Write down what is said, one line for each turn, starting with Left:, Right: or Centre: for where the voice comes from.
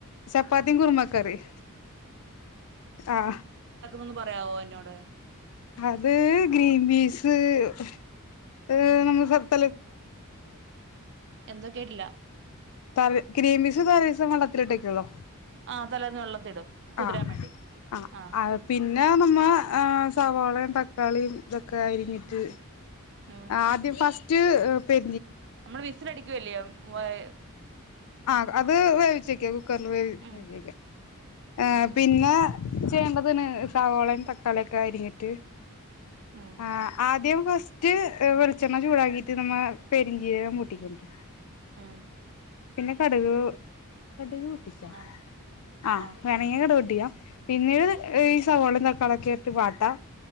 Left: ചപ്പാത്തിം കുറുമക്കറിം ആഹ്
Right: ഒന്ന് പറയാവോ എന്നോട്
Left: അത് ഗ്രീൻ പീസ് <unintelligible> <unintelligible>
Right: ഉം
Left: <unintelligible>
Right: എന്തോ കേട്ടില്ല
Left: തൽ ഗ്രീൻപീസ് തലേസം വള്ള ണ്ട്കിലോ
Right: ആ തലേന്ന് വെള്ളത്തിടും കുതിരാൻ
Left: ആഹ
Right: വേണ്ടി
Left: ആ
Right: ആഹ്
Left: ആ പിന്നെ നമ്മ ഹ് സവോളയും തക്കാളിയും ഇതൊക്കെ അരിഞ്ഞിട്ട്
Right: ഉം
Left: ആദ്യ ഫസ്റ്റ് ഹ് പി
Right: നമ്മള് വിസിൽ അടിക്കുവല്ലേ യ്
Left: ആ അത് വേവിച്ചെക്കാ കുക്കറിൽ വേവേിച്ചേക്ക
Right: ഉം
Left: ആ
Right: ഉം
Left: പിന്നെ ചെയ്യേണ്ടതിന് സാവോളയും തക്കാളിയൊക്കെ അരിഞ്ഞിട്ട്
Right: ഉം
Left: ആഹ ആദ്യം ഫസ്റ്റ ട്ട് വെളിച്ചെണ്ണ ചൂടാക്കിയിട്ട് നമ്മ പെരിഞ്ചീരകം പൊട്ടിക്കണ്ട്
Right: ഹ്
Left: പിന്നെ കടുക് കടു
Right: ആഹ്
Left: ആ
Right: ആഹ്
Left: വേണങ്ങി കടുക് പൊട്ടിക്കാ പിന്നീട് ഈ സവോളേം തക്കാളി ഒക്കെ ഇട്ട് വാട്ടാ